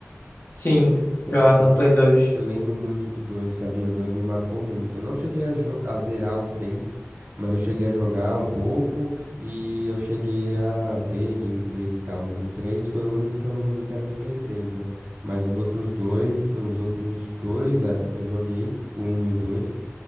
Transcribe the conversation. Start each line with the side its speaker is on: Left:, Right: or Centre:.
Left: Sim,
Right: Nossa,
Left: jogar no Play 2.
Right: Eu lembro muito do 2, sabia? O 2 me marcou muito. Eu não cheguei a, jo- a zerar o 3, mas eu cheguei a jogar um pouco e eu cheguei a ver gameplays e tal. Mas o 3 foi o único que eu não joguei que era de Play 3, né? Mas os outros dois, os outros dois, é, eu joguei, o um e o 2.